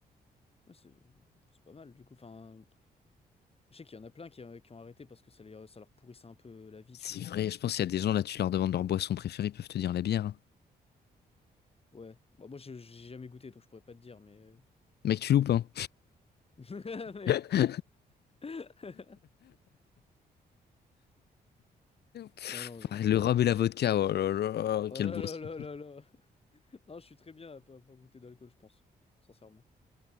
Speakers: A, on the left; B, on the left.
A: Ouais, c'est c'est pas mal du coup, enfin je sais qu'il y en a plein qui, euh, qui ont arrêté parce que ça, les, ça leur pourrissait un peu euh, la vie,
B: C'est
A: tu vois.
B: vrai, je pense qu'il y a des gens là, tu leur demandes leur boisson préférée, ils peuvent te dire la bière. hein.
A: Ouais, Bon, moi j'ai j'ai jamais goûté donc je pourrais pas te dire mais...
B: Mec, tu loupes, hein.
A: euh, <laughs> mais...
B: <laughs>
A: <laughs>
B: Pff,
A: Non, non, je,
B: Le rhum et
A: je-
B: la vodka, oh là là,
A: Oh
B: quelle
A: là
B: boisson.
A: là là là là. <laughs> Non, je suis très bien à pas avoir goûté d'alcool, je pense. Sincèrement.